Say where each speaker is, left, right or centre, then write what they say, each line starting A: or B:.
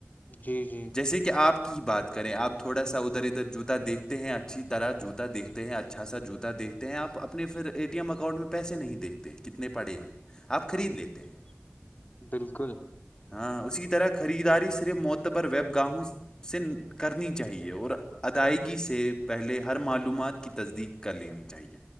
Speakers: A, on the left; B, on the left.
A: جی جی
B: جیسے کہ آپ کی بات کریں آپ تھوڑا سا ادھر ادھر جوتا دیکھتے ہیں اچھی طرح جوتا دیکھتے ہیں اچھا سا جوتا دیکھتے ہیں آپ اپنے پھر اے ٹی ایم اکاؤنٹ میں پیسے نہیں دیکھتے کتنے پڑے ہیں آپ خرید لیتے ہیں
A: بالکل
B: ہاں اسی طرح خریداری صرف معتبر ویب گاہوں سے کرنی چاہیے اور ادائیگی سے پہلے ہر معلومات کی تصدیق کر لینی چاہیے